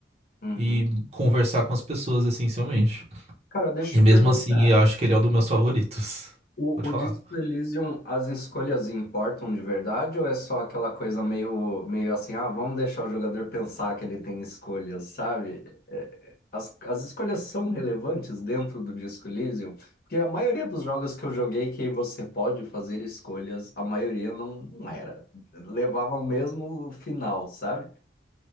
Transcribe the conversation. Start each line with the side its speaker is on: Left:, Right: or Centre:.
Left: uhum.
Right: e conversar com as pessoas, essencialmente.
Left: Cara, deixa
Right: E
Left: eu
Right: mesmo
Left: perguntar.
Right: assim, eu acho que ele é um dos meus favoritos.
Left: O,
Right: Pode
Left: o
Right: falar.
Left: Disco Elysium, as escolhas importam de verdade ou é só aquela coisa meio, meio assim, ah, vamos deixar o jogador pensar que ele tem escolhas, sabe? É, as, as escolhas são relevantes dentro do Disco Elysium, porque a maioria dos jogos que eu joguei que você pode fazer escolhas, a maioria não, não era. Levava o mesmo final, sabe?